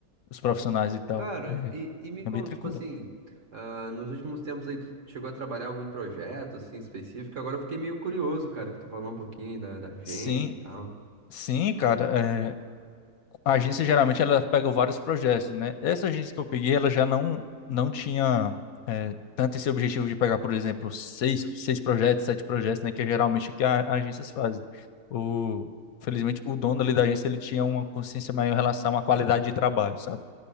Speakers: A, on the left; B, on the right.
A: os profissionais e tal.
B: Cara,
A: É,
B: e, e me
A: é
B: conta,
A: bem tranquilo.
B: tipo assim, ah, nos últimos tempos aí, tu chegou a trabalhar algum projeto, assim, específico? Agora eu fiquei meio curioso, cara, que tu falou um pouquinho aí da, da agência
A: Sim,
B: e tal.
A: sim, cara. é, a agência geralmente ela pega vários projetos, né? Essa agência que eu peguei, ela já não, não tinha é, tanto esse objetivo de pegar, por exemplo, seis, seis projetos, sete projetos, né? Que é geralmente o que a, as agências fazem. O, felizmente, o dono ali da agência ele tinha uma consciência maior em relação à qualidade de trabalho, sabe?